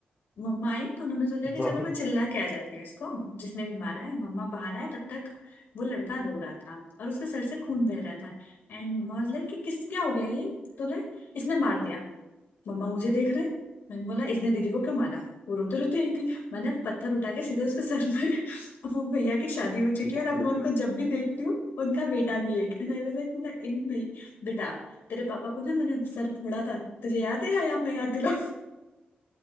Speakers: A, on the left (about 75°); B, on the left (about 20°).
A: मम्मा आई तो उन्होंने सोचा कि चलो
B: वाह
A: मैं चिल्ला के आ जाती हूँ इसको जिसने भी मारा है मम्मा बाहर आए तब तक वो लड़का रो रहा था और उसके सर से खून बह रहा था एंड मम्मा वाज लाइक कि किस क्या हो गया ये तो ले इसने मार दिया मम्मा मुझे देख रहे हैं। मैंने बोला इसने दीदी को क्यों मारा वो रोते रोते आई थी मैंने पत्थर उठा के सीधे उसके सर में अब <laughs> वो भैया की शादी हो चुकी
B: <laughs>
A: है
B: बाप
A: और अब मैं
B: रे
A: उनको जब भी देखती हूँ उनका बेटा भी एक एंड आई वाज लाइक मतलब इन भाई बेटा तेरे पापा को ना मैंने सर फोड़ा था तुझे याद है या या मैं याद दिला